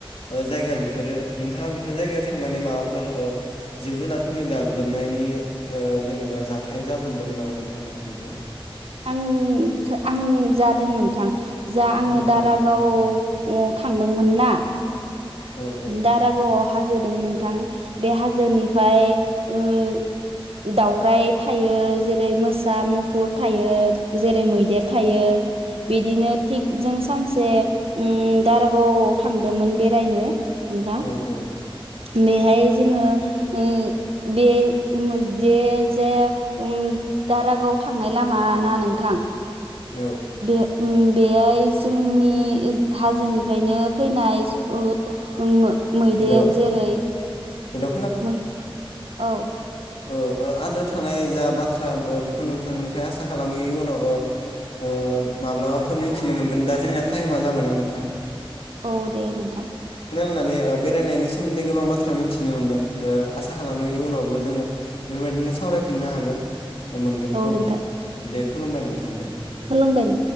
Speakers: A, on the left; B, on the right.
A: ओ जायगा बेफोरो नोंथाङा बेफोर जायगायाव थांनानै माबाफोर ओ जिब जुनारफोरनि गाग्लोबनायनि ओ जेनेबा जाथाय जाब्रबदोंमोन नामा नोंथां नोंथांजों?
B: ओम आं जादों नोंथां जा आङो
A: औ
B: दारागाव
A: औ
B: आव थांदोंमोन ना
A: औ औ
B: दारागावआव हाजो दं नोंथां बे हाजोनिफ्राय उम दावराय थायो जेरै मोसा, मुफुर थायो, जेरै मैदेर थायो बिदिनो थिग जों सानसे ओम दारागावआव थांदोंमोन बेरायनो नोंथां।
A: औ औ
B: बेहाय जोङो ओम बे मोन जे जे ओम दारागाव थांनाय लामाना नोंथां
A: औ
B: बे उम बेहाय जोंनि हाजोनिफ्रायनो फैनाय अ उम मैदेर
A: हेलौ
B: जेरै
A: हेलौ
B: मै ओउ
A: ओउ ओ आद्रा थानाय जा बाथ्रा ओ बेखौ नोंथांनिफ्राय आसा खालामो इयनाव ओ ओ माब्लाबाफोर मिथिनो मोनगोन दा जोंना टाइमा जाबायना नोंथां?
B: ओउ दे नोंथां।
A: नानै ओ बेरायनायनि सोमोन्दै गोबां बाथ्रा मिथिनो मोनबाय ओ आसा खालामो इयुनावबो जोङो बेफोरबायदिनो सावरायफिननो हागोन। मोनगोनखौ
B: ओउ नोंथां
A: दे खुलुमबाय नोंथां दे
B: खुलुमबाय।